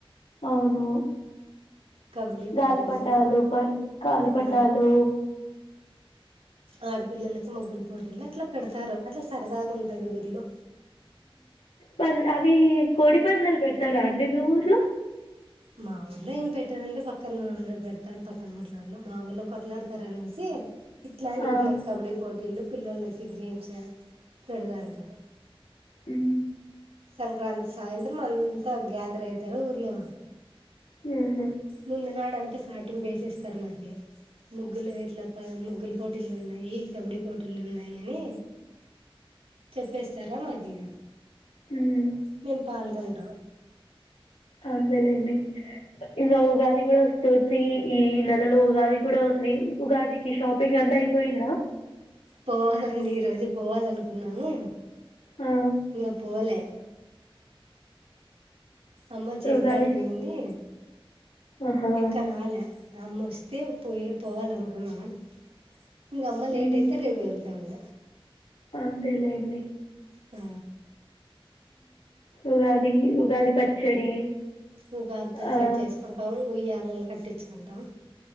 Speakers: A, on the left (about 85°); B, on the right (about 85°).
A: అవును
B: కబడ్డీ
A: గాలిపటాలు
B: పోటీలు
A: పర్ గాలిపటాలు
B: ఆ ఆడపిల్లలకి మగ్గులు పోటీలు అట్లా పెడతారు అట్లా సర్ దాగుంటది ఊర్లో
A: పం అవి కోడిపంధ్యలు పెటరా అండి మీ ఊర్లో
B: మా ఊర్లో ఏం పెట్టారుండి పక్కన పెడతారు పక్కన ఊర్లలో మా ఊర్లో కొట్లాడతారనేసి ఇట్లాంటి
A: ఆ
B: ఉన్నాయ్ కబడ్డీ పోటీలు పిల్లలకి గేమ్స్ పెడదాంటారు
A: హ్మ
B: సంక్రాంతి సాయంత్రం అంతా గ్యాదర్ అయితారు ఊర్లో
A: హ్మ
B: ముందు నాడంత స్ తటింపేసేస్తారు మాకి ముగ్గులు ఇట్లా ప ముగ్గులు పోటీలు ఉన్నాయి కబడ్డీ పోటీలు ఉన్నాయనీ చెప్పేస్తారా మాకి
A: మ్మ్
B: మేము పాల్గొం డ
A: అందేలేండి ఇగ ఉగాది కూడా వస్తుంది ఈ నెలలో ఉగాది కూడా ఉంది ఉగాదికి ఈ షాపింగ్ అంతా అయిపోయిందా
B: పోవాలండి ఈ రోజు పోవాలనుకున్నాము
A: ఆ
B: ఇంగ పోలే అమ్మ చేనుకాటుకు
A: ఉగాది
B: పోయింది
A: ఆహా
B: ఇంకా రాలే అమ్మ వొస్తే పోయి పోవాల అనుకున్నాను ఇంగ అమ్మ లేట్
A: మ్మ్
B: అయితే రేపు వెళ్తాంగ
A: అంతేలేండి
B: ఆ
A: ఉగాది ఉగాది పచ్చడి
B: ఉగాది పచ్చడి
A: ఆ
B: చేసుకుంటావు ఉయ్యాలలు కట్టించుకుంటాం